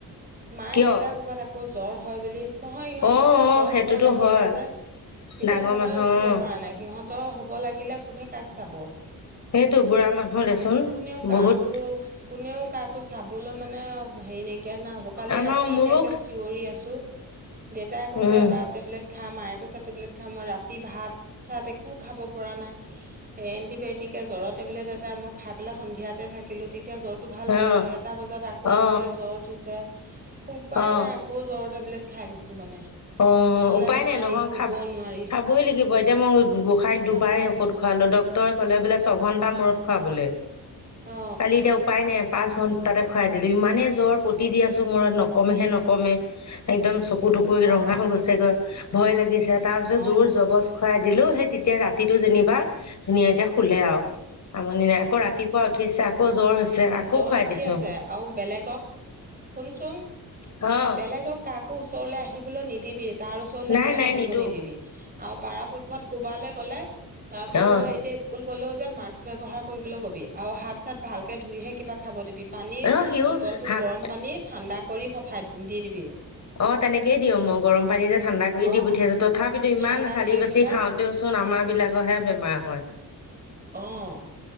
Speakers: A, on the right (about 25°); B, on the left (about 50°).
A: মায়ে
B: কিয়
A: দেউতা ক'ৰবাত আকৌ জ্বৰ হয় বুলি, নহয় সিহঁত
B: অ
A: দুটা
B: অ
A: জ্বৰ
B: সেইটোতো
A: হব লাগিলে
B: হয়
A: যে এতিয়া
B: ডাঙৰ
A: মইয়ে
B: মানুহ
A: উঠিব
B: অ
A: পৰা নাই, সিহঁতৰ হব লাগিলে কোনে কাক চাব।
B: সেইটো বুঢ়া মানুহ দেচোন
A: কোনেও কাকো
B: বহুত
A: কোনেও কাকো চাবলৈ মানে হেৰি নাইকিয়া নিচিনা হ'ব, কালি
B: আমাৰ
A: ৰাতি
B: মোৰো
A: এতিয়া কে চিঞৰি আছোঁ, দেউতাই কৈছে
B: উম
A: এবাৰ টেবলেত খা মায়ে কৈছে টেবলেট খা মই ৰাতি ভাত চাত একো খাব পৰা নাই। এ এণ্টিবায়টিকে জ্বৰ টেবলেট এটা মই খাই পেলাই সন্ধিয়াতে থাকিলো, তেতিয়া জ্বৰ ভাল পালো
B: অ
A: এটা বজাত আকৌ
B: অ
A: যেতিয়া জ্বৰ উঠিছে, উপায়
B: অ
A: নাই আকৌ জ্বৰ টেবলেট খাই দিছো মানে।
B: অ'
A: নহ'লে
B: উপায়
A: নোৱাৰি
B: নাই নহয়
A: শুব
B: খাব
A: নোৱাৰি
B: খাবই লাগিব এতিয়া মই গোঁসাইক
A: উম
B: দুবাৰেই
A: খাবই লাগিব
B: ঔষধ খোৱালো ডক্তৰে ক'লে ছঘণ্টাৰ মুৰত খুৱাবলৈ
A: অ
B: কালি এতিয়া উপাই নাই পাঁচ ঘণ্টা তাতে খুৱাই দিলো। ইমানে জ্বৰ পতি দি আছো মুৰত নকমেহে নকমে একদম চকু টকু ৰঙা
A: অ
B: হৈ গৈছেগৈ ভয় লাগিছে তাৰ পিছত
A: অ
B: জোৰ জবজ খুৱাই দিলো, সেই তেতিয়া ৰাতিটো যেনিবা ধুনীয়াকে শুলে আও আমনি নাই, আকৌ ৰাতিপুৱা উঠিছে আকৌ জ্বৰ হৈছে।
A: উম,
B: আকৌ
A: জ্বৰ
B: খুৱাই
A: উঠি
B: দিছো
A: আছে, আৰু বেলেগক শুনচোন
B: অ
A: বেলেগক কাকো ওচৰলৈ আহিবলৈ নিদিবি। তাৰ ওচৰলৈ
B: নাই
A: একদম
B: নাই
A: আহিব
B: নিদো
A: নিদিবি, আৰু পৰাপক্ষত ক'ৰবালে গ'লে আ ক'ৰবালে
B: অ
A: এতিয়া স্কুল গ'লেও যে মাক্স ব্যৱহাৰ কৰিবলৈ কবি, আৰু হাত চাত ভালকে ধুইহে কিবা খাব দিবি। পানী
B: অ সিও
A: বটলটোত
B: হাত
A: গৰম পানী ঠাণ্ডা কৰি পঠাই দি দিবি।
B: অ' তেনেকেই দিও মই গৰম পানী যে ঠাণ্ডা কৰি
A: অ
B: দি পঠিয়াইছো তথাপিতো ইমান
A: ঠাণ্ডা
B: চালি
A: কৰি
B: বাচি
A: পেলাই
B: থাকোতেও চোন আমাৰ বিলাকৰহে বেমাৰ হয়।
A: অ'